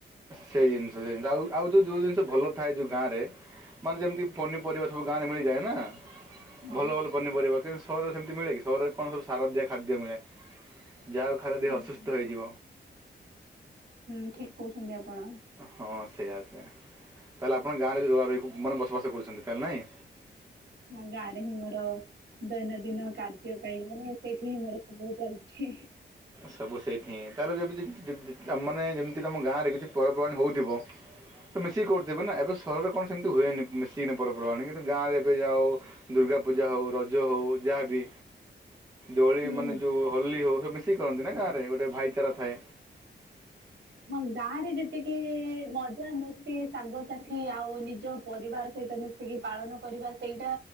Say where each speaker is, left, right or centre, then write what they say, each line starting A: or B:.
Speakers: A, on the right; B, on the right.
A: ସେଇ ଜିନିଷ ସେଇ ଜିଷ ଆ ଆଉ ଯୋଉ ଯୋଉ ଜିନିଷ ଭଲ ଥାଏ ଯୋଉ ଗାଁରେ। ମାନେ ଯେମିତି ପନିପରିବା ସବୁ ଗାଁରେ ମିଳିଯାଏ ନା।
B: ହଁ
A: ଭଲ ଭଲ ପନିପରିବା କିନ୍ତୁ ସହରରେ ସେମିତି ମିଳେ କି? ସହରରେ କଣ ସବୁ ସାର ଦିଆ ଖାଦ୍ୟ ମିଳେ। ଯାହାକୁ ଖାଇଲେ ଦେହ
B: ହଁ
A: ଅସସ୍ଥ
B: ହଁ
A: ହୋଇଯିବ।
B: ହୁଁ ଠିକ କହୁଛନ୍ତି ଆପଣ?
A: ହଁ ସେଇଆ ସେଇଆ। ତାହେଲେ ଆପଣ ଗାଁରେ ଉଁ ରହି ମାନେ ବସବାସ କରୁଛନ୍ତି ତାହେଲେ ନାଇଁ।
B: ହୁଁ ଗାଁରେ ହିଁ ମୋର ଦୈନନ୍ଦିନ କାର୍ଯ୍ୟ ପାଇଁ ମାନେ ସେଠିିଁ ମୋର ସବୁ ଚାଲିଛି।
A: ସବୁ ସେଇଠି ହଁ ତାହେଲେ ଯଦି କାମ ନାଇ ମାନେ ଯେମିତି ତମ ଗାଁ ରେ କିଛି ପର୍ବପର୍ବାଣି ହଉଥିବ। ତ ମିଶିକି କରୁଥିବେ ନା ଏବେ ସହରରେ କଣ ସେମିତି ହୁଏନି। ମିଶିକି ପରପର୍ବାଣି କିନ୍ତୁ ଗାଁରେ ଏବେ ଯାହାହଉ ଦୁର୍ଗାପୂଜା ହଉ ରଜ ହଉ ଯାହାବି? ଦୋଳି
B: ହୁଁ।
A: ମାନେ ଯୋଉ ହୋଲି ହଉ ସବ ମିଶିକି କରନ୍ତି ନା ଗାଁରେ ଗୋଟେ ଭାଇଚାରା ଥାଏ।
B: ହଁ ଗାଁ ରେ ଯେତିକି ମଜାମସ୍ତି ସାଙ୍ଗସାଥି ଆଉ ନିଜ ପରିବାର ସହିତ ମୀ ସିକି ପାଳନ କରିବା ସେଇଟା